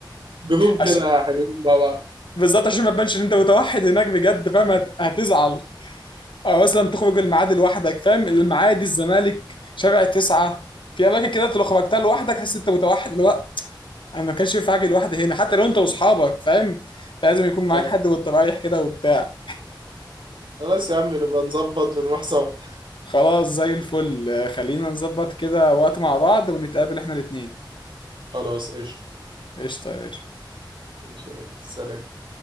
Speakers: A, on the right (about 80°); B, on the left (about 80°).
A: جروب
B: عشان
A: كده حلوين مع بعض
B: بالظبط عشان ما تبانش ان انت متوحد هناك بجد فاهم هت- هتزعل او مثلا تخرج الميعاد لوحدك فاهم المعادي الزمالك شارع تسعة في اماكن كده أنت لو خرجتها لوحدك تحس انت متوحد الوقت انا ما كانش ينفع اجي لوحدي هنا حتى لو انت واصحابك فاهم لازم يكون معاك
A: ايوه
B: حد وانت رايح كده وبتاع
A: خلاص يا عم نبقى نظبط ونروح سوا
B: خلاص زي الفل آه، خلينا نظبط كده وقت مع بعض ونتقابل احنا الاتنين
A: خلاص قشطة
B: قشطه يا باشا
A: ماشي يا ريس. سلام